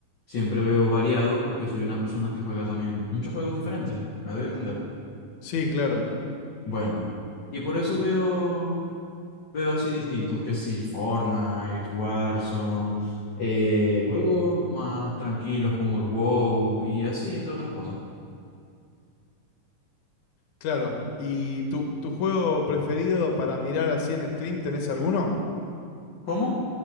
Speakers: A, on the left; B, on the left.
A: Siempre veo variado porque soy una persona que juega también muchos juegos diferentes, me doy a entender.
B: Sí, claro,
A: Bueno, y por eso veo, veo así distintos, que sí, Fortnite, Warzone, eh, juegos más tranquilos como el WoW y así, entre otras cosas.
B: claro. ¿Y tu, tu juego preferido para mirar así en stream, tenés alguno?
A: ¿Cómo?